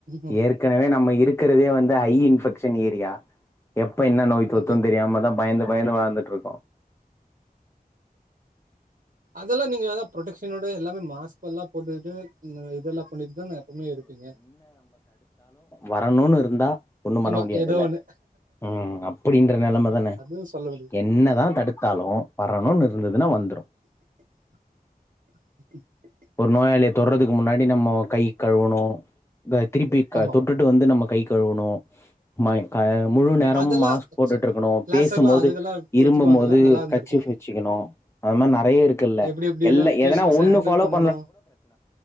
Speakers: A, on the right (about 65°); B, on the left (about 15°).
A: ம்
B: ஏற்கனவே நம்ம இருக்குறதே வந்து ஐ இன்ஃபெக் ஷன் ஏரியா எப்ப என்ன நோய்த் தொத்துன்
A: ஓகே
B: தெரியாமதா பயந்து பயந்து வாழ்ந்துட்ருக்கோ
A: அதெல்லா நீங்கதாங்க ப்ரொட்டக்ஷனோட எல்லாமே மாஸ் க்கெல்லா போட்டுட்டு நா இதெல்லா பண்ணிட்தான எப்போமே இருப்பீங்க
B: வரணூனு இருந்தா ஒண்ணும் பண்ண
A: ஆமா
B: முடியாதுல்ல
A: ஏதோ ஒன்னு
B: ம் அப்டின்ற நெலமதானே
A: அதுவு சொல்ல முடியு
B: என்னதா
A: ஆமா
B: தடுத்தாலு வரணூனு இருந்ததுனா வந்துரு
A: <inaudible> <unintelligible>
B: ஒரு நோயாளிய தொட்றதுக்கு முன்னாடி நம்மோ கை கழுவணு ப திருப்பி க
A: ஆமா
B: தொட்டுட்டு வந்து நம்ம கை கழுவணு மைன் அ முழு நேரமு
A: அதெல்லா
B: மாஸ்க் போட்டுட்ருக்கணு
A: கிளாஸ்
B: பேசும்மோது
A: எல்லா அதுக்கெல்லா குடுத்துப்பாங்கல்ல
B: இரும்பம் மோது
A: நல்லா இருந்திருக்கு
B: கர்ச்சிஃப் வெச்சிக்கணு ஒ அதுமாரி நெறைய இருக்குல்ல
A: எப்டி எப்டி
B: எல்லா
A: பேஷன்ஸ
B: எதனா ஒன்னு
A: ஹேண்டில்
B: ஃபாலோப்
A: பண்ணனு